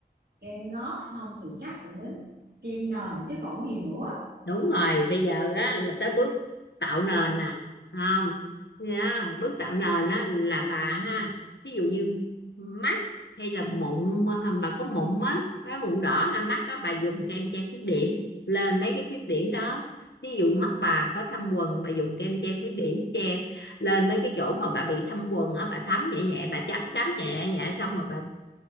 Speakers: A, on the right; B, on the left.
A: kem lót xong thì chắc phải đến kem nền chứ còn gì nữa
B: đúng rồi bây giờ á là tới bước tạo nền nè không Nha, bước tạo nền á là bà ha ví dụ như mắt hay là mụn bà có mụn á cái mụn đỏ ha mắt á bà dùng kem che khuyết điểm lên mấy cái khuyết điểm đó ví dụ mắt bà có thâm quầng bà dùng kem che khuyết điểm che lên mấy cái chỗ mà bà bị thâm quầng á bà thấm nhẹ nhẹ bà chấm chấm nhẹ nhẹ xong rồi bà